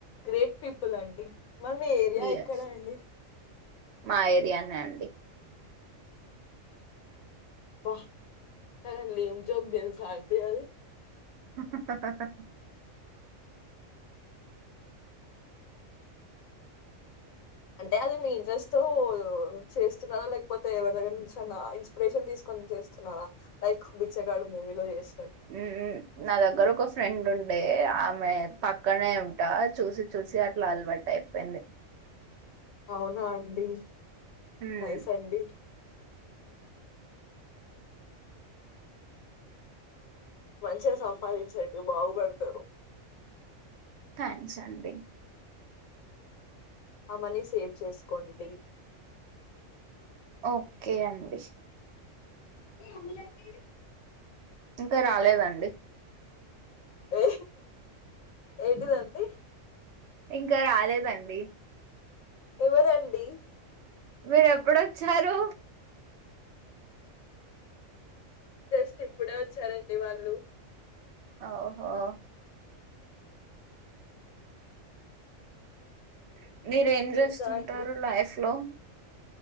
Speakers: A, on the left; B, on the right.
A: గ్రేట్ పీపుల్ అండి. మరి మీ ఏరియా
B: ఏస్
A: ఎక్కడ అండి
B: మాఏరియానే అండి
A: వాహ్ లేం జోక్ తెలుసా అండి అది
B: హా హా హా
A: అంటే అది మీ ఇంట్రెస్ట్ తో చేస్తున్నారా లేకపోతే ఎవరి దగ్గర నుంచి అన్న ఇన్స్పిరేషన్ తీసుకొని చేస్తున్నారా లైక్ బిచ్చగాడు మూవీలో చేసి
B: ఉమ్, నా దగ్గర ఒక ఫ్రెండ్ ఉండే ఆమె పక్కనే ఉంటా చూసి చూసి అట్లా అలవాటు అయిపోయింది
A: అవునా అండి
B: హమ్
A: నైస్ అండి. మంచిగా సంపాదించండి బాగుపడతారు
B: థ్యాంక్స్ అండి
A: ఆ మనీ సేవ్ చేసుకోండి
B: ఓకే అండి
A: ఏ అమ్ములు లక్క
B: ఇంకా రాలేదండి
A: ఏ ఏంటిదండి
B: ఇంకా రాలేదండి
A: ఎవరండి
B: మీరు ఎప్పుడు వచ్చారు
A: జస్ట్ ఇప్పుడే వచ్చారండి వాళ్ళు
B: ఓహో <inaudible> మీరు ఏం చేస్తుంటారు
A: ఇంకా అండి
B: లైఫ్ లో